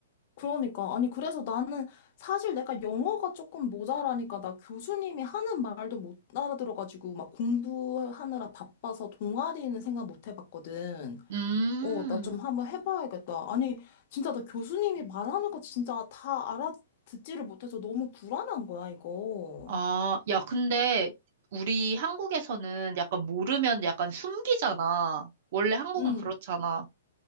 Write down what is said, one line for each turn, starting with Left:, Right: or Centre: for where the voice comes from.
Left: 그러니까. 아니, 그래서 나는 사실 내가 영어가 조금 모자라니까, 나 교수님이 하는 말도 못 알아들어가지고, 막 공부하느라 바빠서 동아리는 생각 못 해봤거든.
Right: 음,
Left: 어, 나 좀 한번 해봐야겠다. 아니, 진짜 나 교수님이 말하는 거 진짜 다 알아듣지를 못해서 너무 불안한 거야, 이거.
Right: 아, 야, 근데 우리 한국에서는 약간 모르면 약간 숨기잖아. 원래 한국은
Left: 응.
Right: 그렇잖아.